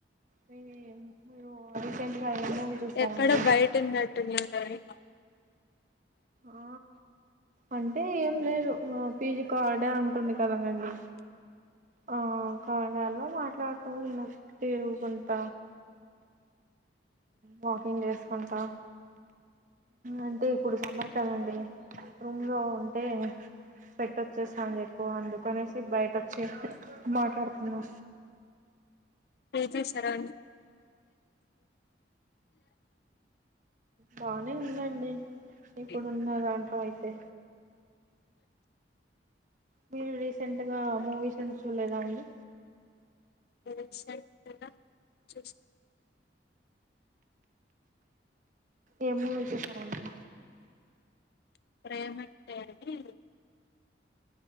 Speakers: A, on the right; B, on the left.
A: మీ మీరు రీసెంట్ మూవీ చూస్తా
B: ఎక్కడో
A: రండి
B: బయట ఉన్నట్టున్నారే
A: ఆ అంటే ఏం లేదు పీజీ కార్డర్ ఉంటుంది కదనండి ఆ కారడలో మాట్లాడుతూ ఉన్న తెరుగు కొంత వాకింగ్ చేసుకుంటా అంటే ఇప్పుడు సమ్మర్ కదండి రూమ్ లో ఉంటే స్వెట్ వచ్చేస్తుాంది ఎక్కువ అందుకనేసి బయట వచ్చి మాట్లాడుతున్నా
B: పిజి సరా
A: బానే ఉందండి
B: సరౌండింగ్స్
A: ఇప్పుడు ఉన్న దాంట్లో అయితే మీరు రీసెంట్ గా మూవీస్ ఎం చూలేదా అండి
B: వ సైట్కా చూసిన
A: ఎం మూవీ చూశరండి
B: ప్రేమంటే అని